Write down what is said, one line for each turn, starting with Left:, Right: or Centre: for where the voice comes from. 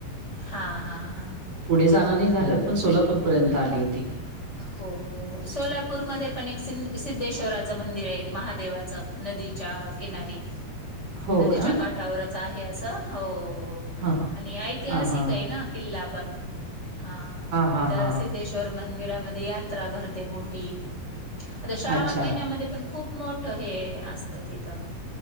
Left: हा हा हा.
Right: पुढे जाणं नाई झालं पण सोलापूरपर्यंत आली होती.
Left: हो, सोलापूरमध्ये पण एक सिंध सिद्धेश्वराचं मंदिर ये महादेवाचं नदीच्या किनारी,
Right: हो
Left: नदीच्या
Right: का
Left: काठावरच आहे असं, हो.
Right: हा
Left: आणि ऐतिहासिक
Right: हा हा
Left: ये ना किल्ला पण. हा,
Right: हा
Left: तिथं
Right: हा
Left: सिद्धेश् वर मंदिरामध्ये यात्रा भरते मोठी, आता श्रावण
Right: अच्छा
Left: महिन्यामध्ये पण खूप मोठ हे असतं तिथं.